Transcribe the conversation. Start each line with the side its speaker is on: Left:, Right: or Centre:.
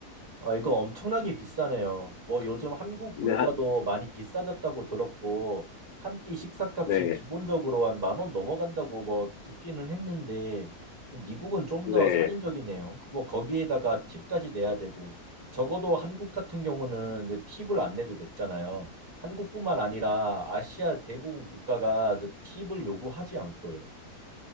Right: 아, 이거 엄청나게 비싸네요. 뭐 요즘 한국
Left: 네,
Right: 물가도
Left: 한,
Right: 많이 비싸졌다고 들었고, 한 끼 식사값이
Left: 네,
Right: 기본적으로 한 만 원 넘어간다고 뭐 듣기는 했는데, 미국은 좀
Left: 네,
Right: 더 살인적이네요. 뭐 거기에다가 팁까지 내야 되고, 적어도 한국 같은 경우는 이제 팁을 안 내도 됐잖아요. 한국뿐만 아니라 아시아 대부분 국가가 이제 팁을 요구하지 않고요.